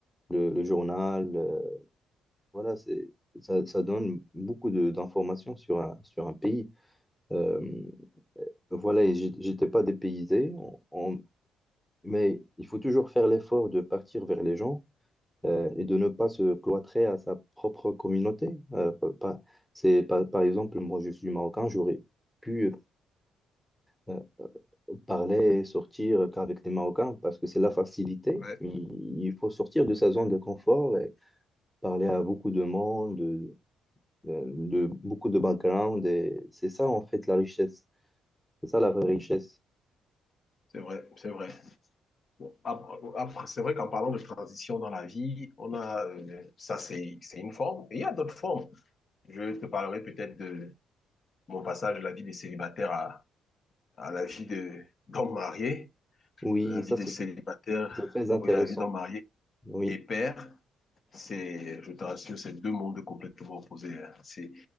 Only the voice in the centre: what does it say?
le, le journal, euh, voilà, c'est, ça, ça donne beaucoup de- d'informations sur un, sur un pays. Euh, voilà, et j'ai- j'étais pas dépaysé, on- on- mais il faut toujours faire l'effort de partir vers les gens euh, et de ne pas se cloîtrer à sa propre communauté. Euh, pa- pa- c'est, par, par exemple, moi je suis marocain, j'aurais pu euh, parler et sortir qu'avec les Marocains parce que c'est la facilité.
Il, il faut sortir de sa zone de confort et parler à beaucoup de monde, de, de de beaucoup de background. Et c'est ça en fait la richesse. C'est ça la vraie richesse.
Oui,
ça
c'est
c'est très
intéressant.
Oui,